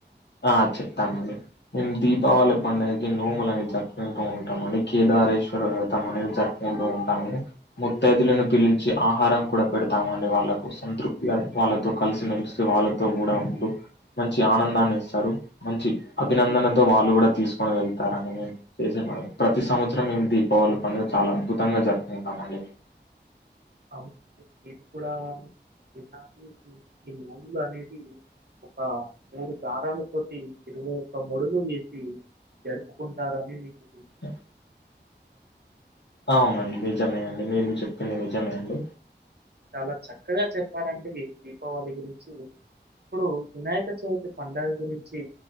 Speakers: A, on the left (about 65°); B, on the right (about 60°).
A: ఆ చెప్తామండి మేము దీపావళి పండుగకి నోములు అనేది జరుపుకుంటూ ఉంటాం అండి కేద కేదారేశ్వర వ్రతం అనేది జరుపుకుంటూ ఉంటాము ముత్తైదులను పిలిచి ఆహారం కూడా పెడతాము వాళ్ళకు సంతృప్తి వాళ్ళతో కలిసి మేలిసి వాళ్ళతో కూడా ఉండు మంచి ఆనందాన్ని ఇస్త టారు మంచి అభినందనతో వాళ్ళు కూడా తీసుకొని వెళ్తారు అండి మే చేసే ప ప్రతి సంవత్సరం దీపావళిపండుగ చాలా అద్భుతంగా జరుపుకుంటామండి మేము
B: అవును నేను కూడా విన్నాను ఈ నోములు అనేది ఒక మూడు దారాలతోటి ఇరవై ఒక్క ముడులు వేసి జరుపుకుంటారని మీకు
A: అ అవునండి నిజమేనండి మీరు చెప్పింది నిజమే అండి
B: చాలా చక్కగా చెప్పారండి దీపావళి గురించి ఇప్పుడు వినాయక్ కా చవితి పండుగ గురించి